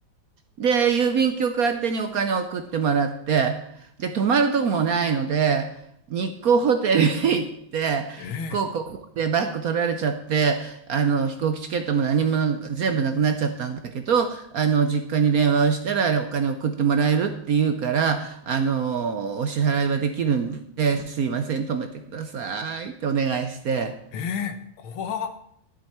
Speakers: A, on the right; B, on the left.
A: で、郵便局宛てにお金を送ってもらって、で、泊まるとこもないので、日光ホテルへ行って、
B: ー、え
A: こうこうこうでバッグ取られちゃって、あの、飛行機チケットも何もなんか全部なくなっちゃったんだけど、あの、実家に電話をしたら、あれお金送ってもらえるって言うから、あの、お支払いはできるんで、すいません、泊めてくださいってお願いして、
B: ー、えー、怖っ、